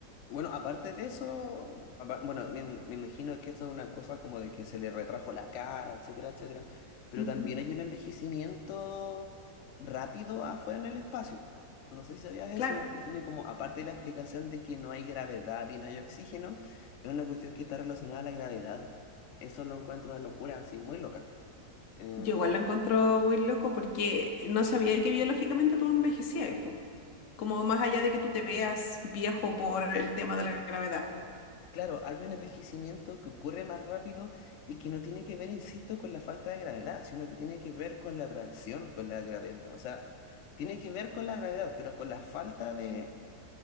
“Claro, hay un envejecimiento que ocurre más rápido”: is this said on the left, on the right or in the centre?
Left